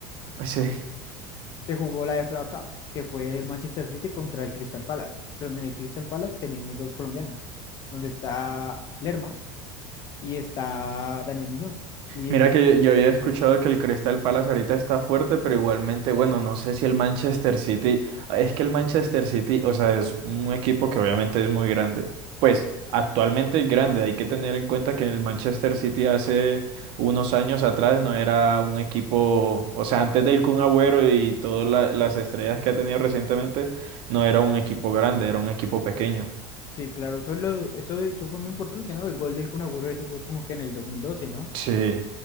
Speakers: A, on the right; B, on the left.
A: sí.
B: se jugó la FA Cup, que fue el Manchester City contra el Crystal Palace, donde en el Crystal Palace tenemos dos colombianos, donde está Lerma y está Daniel Muñoz. Y
A: Mira que yo había escuchado que el Crystal Palace ahorita está fuerte, pero igualmente, bueno, no sé si el Manchester City, ah, es que el Manchester City, o sea, es un equipo que obviamente es muy grande, pues actualmente es grande, hay que tener en cuenta que el Manchester City hace unos años atrás no era un equipo, o sea, antes del Kun Agüero y todas la- las estrellas que ha tenido recientemente, no era un equipo grande, era un equipo pequeño.
B: sí, claro, eso es lo eso de hecho fue muy importante, ¿no? El gol del Kun Agüero, eso fue como que en el 2012, ¿no?
A: Sí,